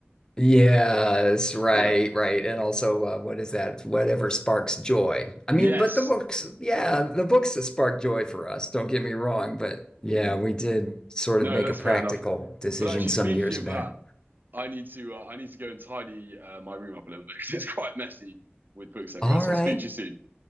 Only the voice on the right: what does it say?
Yeah.
Yes.
Mm.
No,
that's
fair enough.
But actually,
speaking
of
that, I need to uh, I need to go and tidy uh, my room up a little bit because it's quite messy with books everywhere.
So
I'll speak to you soon.